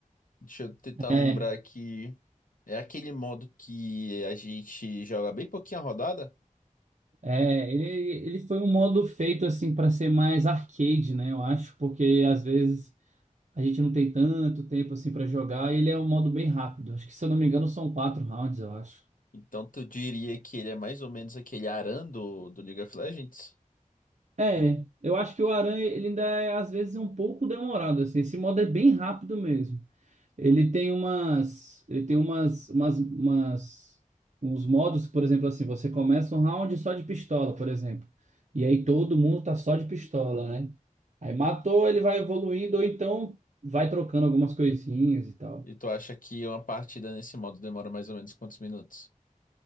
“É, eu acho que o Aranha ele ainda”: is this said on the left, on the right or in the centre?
Right